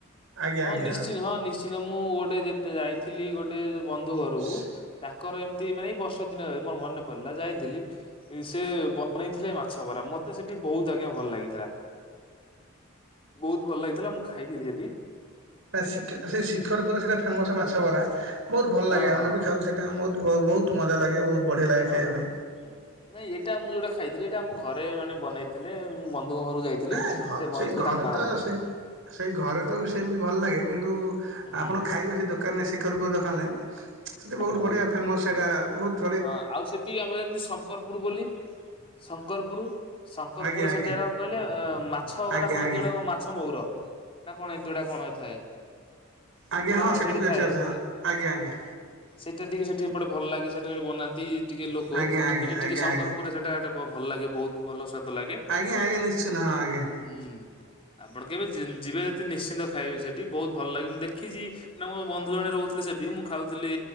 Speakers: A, on the right; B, on the left.
A: ଆଜ୍ଞା
B: ହଁ
A: ଆଜ୍ଞା
B: ନିଶ୍ଚିନ୍ତ ହଁ ନିଶ୍ଚିନ୍ତ ମୁଁ ଗୋଟେ ଯେତେ ଯାଇଥିଲି ଗୋଟ୍ ଟେ ବନ୍ଧୁ ଘରକୁ
A: ସେ
B: ତାଙ୍କର ଏମିତି ମାନେ ଏଇ ବର୍ଷା ଦିନରେ ମୋର ମନେ ପଡିଲା ଯାଇଥିଲି। ସେ ବନେଇଥିଲେ ମାଛ ବରା ମତେ ସେଠି ବହୁତ ଆଜ୍ଞା ଭଲ ଲାଗିଥିଲା। ବହୁତ ଭଲ ଲାଗିଥିଲା ମୁଁ ଖାଇଥିଲି ସେଠି।
A: ସେ ଶିଖରପୁର ସେଇଟା ଫେମସ ମାଛ ବରା ବହୁତ ଭଲ
B: ହଁ
A: ଲାଗେ
B: ହଁ
A: ଆମେ ବି ଖାଉ ସେ ବହୁତ ବହୁତ ମଜା ଲାଗେ ବହୁତ। ବଢ଼ିଆ ଲାଗେ
B: ହଁ
A: ଖାଇବା
B: ହଁ
A: ପାଇଁ।
B: ନାଇଁ ଏଇଟା ମୁଁ ଯୋଉଟା ଖାଇଥିଲି ଏଇଟା ଆମ ଘରେ ମାନେ ବନେଇ ଥିଲେ ବନ୍ଧୁଙ୍କ ଘରକୁ ଯାଇଥିଲି
A: ନା ଘ
B: ସେ
A: ସେଇ
B: ବନେଇଥିଲେ
A: ଘରେ
B: ତାଙ୍କ ମା
A: ତ
B: ବନେଇଥିଲେ।
A: ସେ ସେଇ ଘରେ ତ ସେମତି ଭଲ ଲାଗେ କିନ୍ତୁ
B: ହୁଁ
A: ଆପଣ ଖାଇବେ ସେ ଦୋକାନରେ ସେ ଶିଖରପୁର ଦୋକାନରେ ସେଠି ବହୁତ
B: ଆଜ୍ଞା
A: ବଢିଆ
B: ଆଜ୍ଞା।
A: ଫେମସ ସେଇଟା ବହୁତୁ୍।
B: ହଁ ଆଉ ସେଠି ଆପଣ ଜାଣିଛନ୍ତି ଶଙ୍କରପୁର ବୋଲି? ଶଙ୍କରପୁର ଶଙ୍କରପୁର
A: ଆଜ୍ଞା ଆଜ୍ଞା
B: ସେଠିଆର କହିଲେ ମାଛ
A: ଆଜ୍ଞା
B: କଟା କଣ
A: ଆଜ୍ଞା
B: ଏମିତି ଗୋଟେ କଣ ମାଛ ମହୁର ନା କଣ ଏମିତି ଗୋଟେ କଣ ଥାଏ?
A: ଆଜ୍ଞା
B: ଏଥି ନା
A: ହଁ
B: କଣ ସେଠି
A: ବି
B: ଥାଏ
A: ଅଛି ଆଚ୍ଛା
B: ସେଟା
A: ଆଜ୍ଞା ଆଜ୍ଞା
B: ସେଇଟା ଟିକେ ସେଠି ଏପଟେ ଭଲ ଲାଗେ ସେଟା ଗୋଟେ ବନାନ୍ତି ଟିକେ ଲୋକ
A: ଆଜ୍ଞା
B: ସେଠି
A: ଆଜ୍ଞା
B: ଟିକେ
A: ଆଜ୍ଞା
B: ଶଙ୍କରପୁରରେ
A: ଆଜ୍ଞା
B: ସେଇଟା ଭଲ ଲାଗେ ବହୁତ। ଭଲ ସ୍ୱାଦ ଲାଗେ।
A: ଆଜ୍ଞା ଆଜ୍ଞା ନିଶ୍ଚିତ ହଁ ଆଜ୍ଞା।
B: ହୁଁ ଆପଣ କେବେ ଯିବେ ଯେଦି ନିଶ୍ଚିନ୍ତ ଖାଇବେ ସେଠି ବହୁତ ଭଲ ଲାଗେ ମୁଁ ଦେଖିଚି। ନା ମୋ ବନ୍ଧୁ ଜଣେ ରହୁଥିଲେ ସେଠି ମୁଁ ଖାଉଥିଲି